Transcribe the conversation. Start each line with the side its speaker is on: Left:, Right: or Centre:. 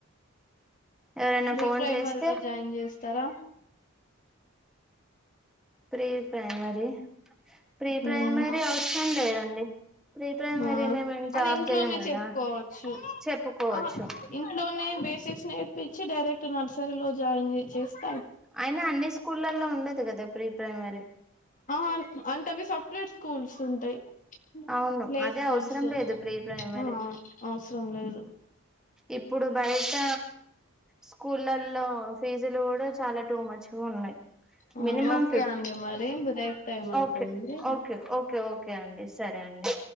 Centre: ఎవరైనా
Left: ప్రీ
Centre: ఫోన్
Left: ప్రైమరీలో
Centre: చేస్తే
Left: జాయిన్ చేస్తారా
Centre: ప్రీ ప్రైమరీ ప్రీ ప్రైమరీ
Left: మ్మ్
Centre: అవసరం లేదండి ప్రీ ప్రైమరీ
Left: ఆ
Centre: మే మేము జాబ్
Left: అది ఇంట్లోనే
Centre: చే్యము కదా
Left: చెప్పుకోవచ్చు
Centre: చెప్పుకోవచ్చు
Left: ఆహా ఇంట్లోనే బేసిక్స్ నేర్పించి డైరెక్ట్ నర్సరీలో జాయిన్ చే చేస్తా
Centre: అయినా అన్ని స్కూళ్ళలో ఉండదు కదా ప్రీ ప్రైమరీ
Left: ఆ అంటేవి స ప్రేట్ స్కూల్స్ ఉంటాయి
Centre: అవును
Left: ప్లే
Centre: అదే
Left: స్కూల్స్
Centre: అవసరం లేదు ప్రీ ప్రైమరీ
Left: ఆ అవసరం లేదు
Centre: ఇప్పు ఇప్పుడు బయట స్కూళ్ళల్లో ఫీజులు కూడా చాలా టూ మచ్గా ఉన్నాయి
Left: అవును
Centre: మినిమం
Left: ఓకే
Centre: ఫిఫ్టీ
Left: అండి మరి బ్రేక్ టైం అయిపోయింది
Centre: ఓకే ఓకే ఓకే ఓకే అండి సరే అండి